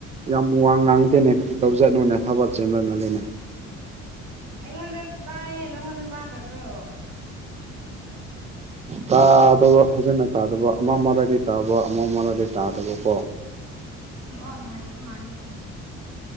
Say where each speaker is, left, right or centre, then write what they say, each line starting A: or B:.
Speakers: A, on the right (about 20°); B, on the right (about 85°).
A: ꯌꯥꯝ ꯋꯥ ꯉꯥꯡꯗꯦꯅꯦ ꯀꯔꯤ ꯇꯧꯖꯠꯅꯣꯅꯦ ꯊꯕꯛ ꯆꯦꯟꯍꯕ ꯂꯩꯅꯦ
B: ꯑꯩꯉꯣꯟꯗ ꯇꯥꯏꯌꯦ ꯅꯪꯉꯣꯟꯗ ꯇꯥꯗꯕ꯭ꯔꯣ <unintelligible>
A: ꯇꯥꯗꯕ ꯐꯖꯅ ꯇꯥꯗꯕ ꯑꯃ ꯃꯔꯥꯗ ꯇꯥꯕ ꯑꯃ ꯃꯔꯗꯤ ꯇꯥꯗꯕꯀꯣ
B: ꯑ ꯏꯁꯅꯤꯋꯥ ꯅꯨꯡꯉꯥꯏꯗꯕ ꯃꯥꯜꯂꯦ ꯑꯗꯨꯗꯤ